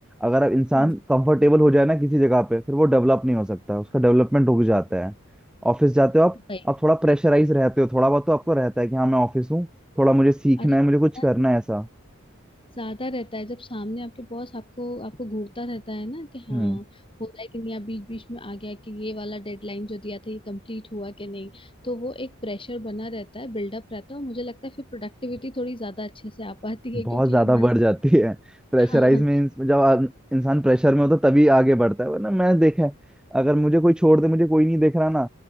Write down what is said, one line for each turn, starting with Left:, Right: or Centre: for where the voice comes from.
Centre: अगर आप इंसान
Left: हम्म
Centre: कंफर्टेबल हो जाए ना किसी जगह पे फिर वो डेवलप नहीं हो सकता उसका डेवलपमेंट रुक जाता है ऑफिस जाते हो आप
Left: भाई
Centre: आप थोड़ा प्रेशराइज रहते हो थोड़ा बहुत तो आपको रहता है कि हाँ मैं ऑफिस हूँ थोड़ा मुझे सीखना
Left: अरे
Centre: है
Left: थोड़ा
Centre: मुझे कुछ करना
Left: नहीं
Centre: है ऐसा
Left: ज्यादा रहता है जब सामने आपके बॉस आपको आपको घूरता रहता है ना कि हाँ
Centre: हम्म,
Left: होता है कि नहीं आप बीच बीच में आ गया कि ये वाला डेडलाइन जो दिया था ये कंप्लीट हुआ कि नहीं तो वो एक प्रेशर बना रहता है बिल्डअप रहता है और मुझे लगता है फिर प्रोडक्टिविटी थोड़ी ज्यादा अच्छे से आ पाती है
Centre: बहुत
Left: क्योंकि
Centre: ज्यादा
Left: हमारे
Centre: बढ़ जाती है प्रेशराइज
Left: हाँ हाँ
Centre: में इंस- जब आ- इंसान प्रेशर में होता है, तभी आगे बढ़ता है वरना मैंने देखा है अगर मुझे कोई छोड़ दे मुझे कोई नहीं देख रहा ना